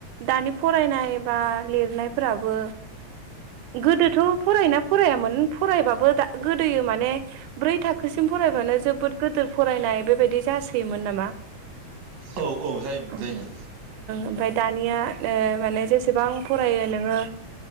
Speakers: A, on the right; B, on the right.
A: दानि फरायनाय बा लिरनायफोराबो। गोदोथ' फरायना फरायामोन फरायबाबो दा गोदोयो माने ब्रै थाखोसिम फरायबानो जोबोद गोदोर फरायनाय बेबायदि जासोयोमोन नामा।
B: औ औ जायोमोन
A: ओं
B: जायोमोन
A: ओमफाय दानिया ओ माने जेसेबां फरायो नोङो